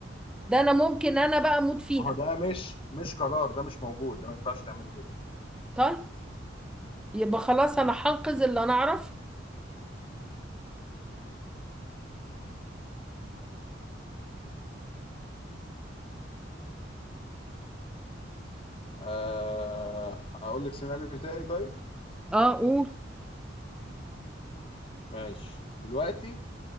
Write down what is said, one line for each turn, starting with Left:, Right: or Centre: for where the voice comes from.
Centre: ده انا ممكن انا بقى اموت فيها
Left: ما هو ده مش مش قرار ده مش موجود ده ما ينفعش تعملي كده
Centre: طيب يبقى خلاص انا هنقذ اللي انا اعرفه
Left: آه، اقول لك سيناريو تاني طيب
Centre: اه قول
Left: ماشي دلوقتي